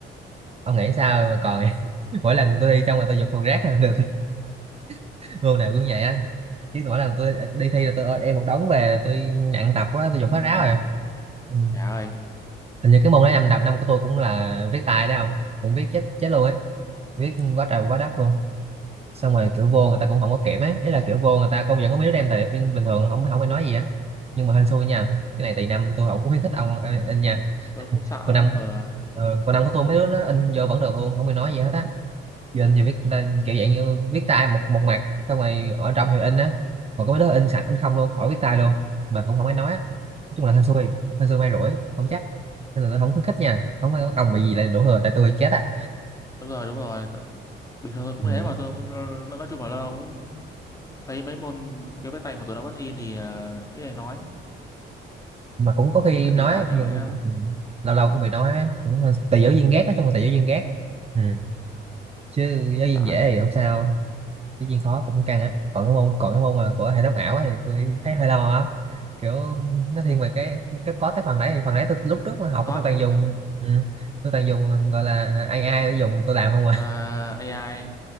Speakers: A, on the right; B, on the left.
A: ông nghĩ sao mà còn <laughs> mỗi lần tôi thi xong rồi tôi dục thùng rác là được <laughs> môn nào cũng vậy á chứ mỗi lần tôi đi thi là tôi đem một đống về tôi nặng tập quá tôi
B: Ừm,
A: dục hết ráo rồi ừ.
B: trời ơi,
A: hình như cái môn đấy năm đầu năm của tôi cũng là viết tay đấy không cũng viết chết chết luôn ấy viết quá trời quá đất luôn xong rồi kiểu vô người ta cũng không có kiểm ấy đấy là kiểu vô người ta cô vẫn có mấy đứa đem tài liệu in bình thường không không ai nói gì á nhưng mà hên xui nha cái này tùy năm tôi không có khuyến khích ông ờ, in nha
B: tôi cũng sợ
A: còn
B: lắm.
A: năm
B: Ờ.
A: ờ, còn năm của tôi mấy đứa nó in vô vẫn được luôn không ai nói gì hết á giờ in thì viết ờ,
B: Ừm,
A: kiểu dạng như viết tay một một mặt xong rồi ở trong thì in á còn có mấy đứa in sạch in không luôn khỏi viết tay luôn mà cũng không ai nói á nói chung là hên xui hên xui may rủi không chắc nên là tôi không khuyến khích nha không có công bị gì lại đổ thừa
B: ừm.
A: tại tôi chết á
B: Đúng rồi, đúng rồi. Tự- Bình thường tôi cũng
A: ừ.
B: thế mà tôi cũng- nói nói chung là lâu lâu cũng thấy mấy môn kiểu viết tay mà tụi nó vẫn in thì ờ, ý này nói.
A: mà cũng có khi
B: Tại
A: nói
B: bây giờ
A: á,
B: chẳng
A: nhưng
B: lẽ
A: lâu lâu cũng bị nói á. cũng hơi- tùy giáo viên ghét nói chung là tùy giáo viên ghét ừ. chứ giáo viên
B: sợ ai
A: dễ
B: nhỉ?
A: thì không sao giáo viên khó cũng căng á còn cái môn còn cái môn mà của hệ thống ảo á thì tôi thấy hơi lo á kiểu nó thiên về cái, cái có cái phần đấy thì phần đấy tôi lúc trước mà học
B: Code
A: tôi toàn
B: hả?
A: dùng ừ. tôi toàn dùng gọi là AI để dùng tôi làm không à
B: Ờ, AI